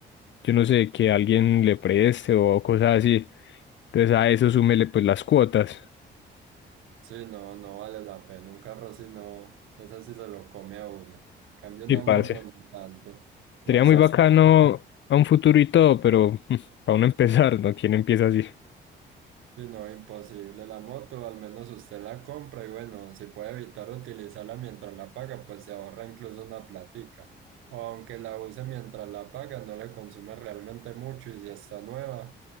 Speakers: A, on the left; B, on the right.
A: yo no sé, que alguien le preste o cosas así. Entonces, a eso súmele, pues, las cuotas.
B: Sí, no, no vale la pena. Un carro si no, eso sí se lo come a uno. En Cambio una
A: Sí, parce.
B: moto, no tanto. Más
A: Sería muy
B: si
A: bacano
B: usted
A: a un futuro y todo, pero <laughs> mm, para uno empezar, ¿no? ¿Quién empieza así?
B: Sí, no, imposible. La moto, al menos usted la compra y bueno, si puede evitar utilizarla mientras la paga, pues se ahorra incluso una platica. O aunque la use mientras la paga, no le consume realmente mucho y si está nueva,